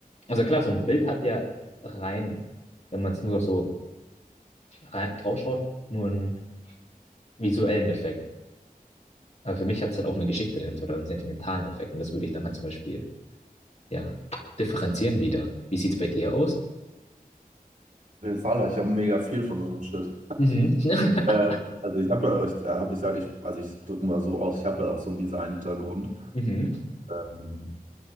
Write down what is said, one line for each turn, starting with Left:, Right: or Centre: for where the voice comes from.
Left: Also klar, so ein Bild hat ja rein, wenn man es nur so rein, draufschaut, nur einen visuellen Effekt. Aber für mich hat es halt auch eine Geschichte dahinter oder einen sentimentalen Effekt. Und das würde ich dann halt zum Beispiel Ja, differenzieren wieder. Wie sieht's bei dir aus?
Right: jeden Fall, ich habe mega viel von so einem Shit.
Left: Mhm. <laughs>
Right: Äh, also ich habe ja, ich, äh, hab, ich sag, ich, also ich drücke mal so aus, ich habe ja auch so einen Design-Hintergrund.
Left: Mhm.
Right: Ähm,